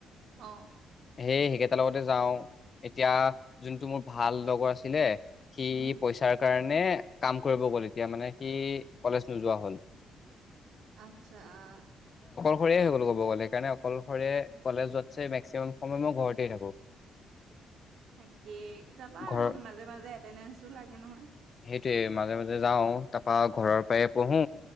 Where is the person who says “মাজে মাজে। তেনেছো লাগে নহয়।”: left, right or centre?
Right